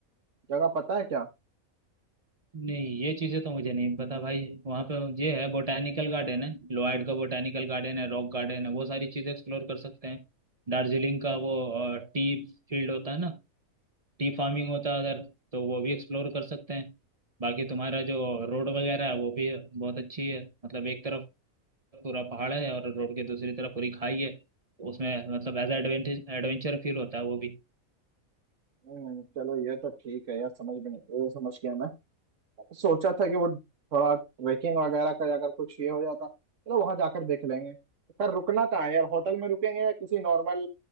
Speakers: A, on the right (about 60°); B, on the right (about 35°).
A: जगह पता है क्या
B: नहीं ये चीज़ें तो मुझे नहीं पता भाई वहाँ पे ये है बोटैनिकल गार्डन है लॉयड का बोटैनिकल गार्डन है रॉक गार्डन है वो सारी चीज़ें एक्सप्लोर कर सकते हैं दार्जिलिंग का वो टी फील्ड होता है ना टी फार्मिंग होता है उधर तो वो भी एक्सप्लोर कर सकते हैं बाकी तुम्हारा जो रोड वगैरह है वो भी बहुत अच्छी है मतलब एक तरफ पूरा पहाड़ है और रोड के दूसरी तरफ पूरी खाई है तो उसमें मतलब एज एडवेंचर एडवेंचर फील होता है वो भी
A: हम्म, चलो ये तो ठीक है यार समझ में नहीं ये समझ गया मैं सोचा था कि वो थोड़ा ट्रेकिंग वगैरह का अगर कुछ ये हो जाता चलो वहां जाकर देख लेंगे पर रुकना कहाँ है यार होटल में रुकेंगे या किसी नॉर्मल